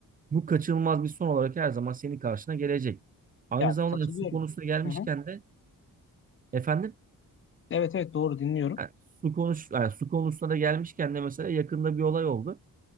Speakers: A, on the right (about 25°); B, on the left (about 35°).
A: bu kaçınılmaz bir son olarak her zaman senin karşına gelecek. Aynı
B: Ya
A: zamanda
B: katılıyorum.
A: su konusuna gelmişken
B: Hı hı.
A: de efendim
B: Evet evet doğru dinliyorum.
A: Yani su konuş yani su konusuna da gelmişken de mesela yakında bir olay oldu.